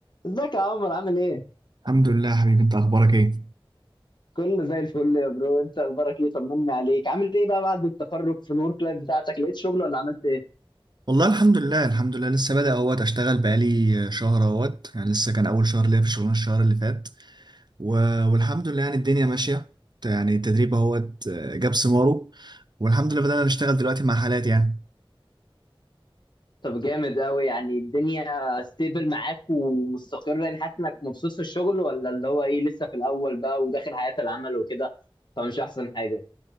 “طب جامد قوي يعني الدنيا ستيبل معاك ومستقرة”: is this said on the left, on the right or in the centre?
Left